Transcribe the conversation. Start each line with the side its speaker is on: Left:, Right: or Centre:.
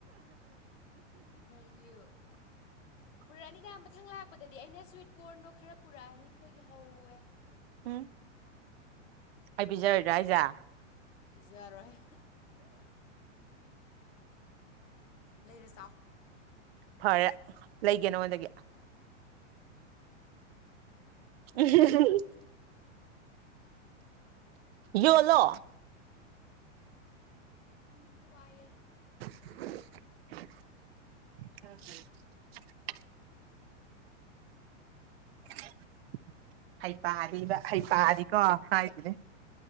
Left: ꯍꯦ ꯌꯌꯨ
Right: <inaudible>
Left: ꯄꯨꯔꯛꯑꯅꯤꯗ ꯃꯊꯪ ꯂꯥꯛꯄꯗꯗꯤ ꯑꯩꯅ ꯁ꯭ꯋꯤꯠ ꯀꯣꯔꯟꯗꯣ ꯈꯔ ꯄꯨꯔꯛꯑꯅꯤ ꯑꯩꯈꯣꯏꯒꯤ ꯍꯧꯋꯦ
Right: ꯎꯝ ꯑꯩ ꯄꯤꯖꯔꯣꯏꯗꯥ ꯑꯩꯖꯥ
Left: ꯄꯕꯤꯖꯨꯥꯔꯣꯏ ꯍꯣꯏ ꯂꯩꯔꯖꯥꯎ
Right: ꯐꯔꯦ ꯂꯩꯒꯦ ꯅꯉꯣꯟꯗꯒꯤ ꯎꯝ ꯌꯣꯂꯣ
Left: ꯎ ꯋꯥ ꯋꯥꯏꯑꯦ
Right: ꯍ <unintelligible> <inaudible> ꯍꯩ ꯄꯗꯤꯕ ꯍꯩ ꯄꯗꯤꯀꯣ ꯍꯥꯏꯁꯤꯅꯦ